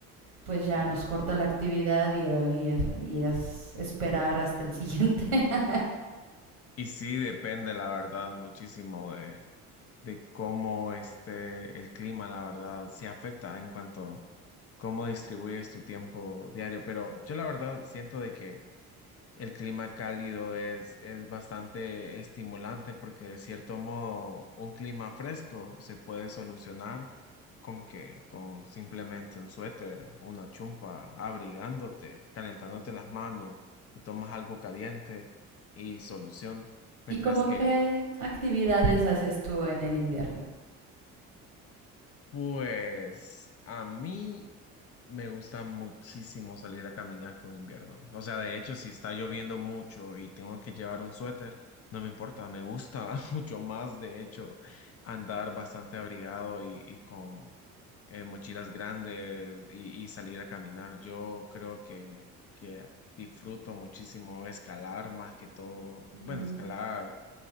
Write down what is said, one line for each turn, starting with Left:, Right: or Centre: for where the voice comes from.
Right: pues ya
Left: Mm.
Right: nos corta la actividad y, eh, y, es, y es esperar hasta el siguiente. <laughs>
Left: Y sí, depende, la verdad, muchísimo de, de cómo este el clima, la verdad, se afecta en cuanto cómo distribuyes tu tiempo diario, pero yo la verdad siento de que el clima cálido es, es bastante estimulante porque de cierto modo un clima fresco se puede solucionar con que con simplemente un suéter, una chumpa, abrigándote, calentándote las manos, te tomas algo caliente y solución, mientras
Right: ¿Y como
Left: que
Right: qué actividades haces tú en el invierno?
Left: pues a mí Me gusta muchísimo salir a caminar con invierno. O sea, de hecho, si está lloviendo mucho y tengo que llevar un suéter, no me importa. Me gusta <laughs> mucho más, de hecho, andar bastante abrigado y, y con eh, mochilas grandes y, y salir a caminar. Yo creo que, que disfruto muchísimo escalar más que todo.
Right: Mm.
Left: Bueno, escalar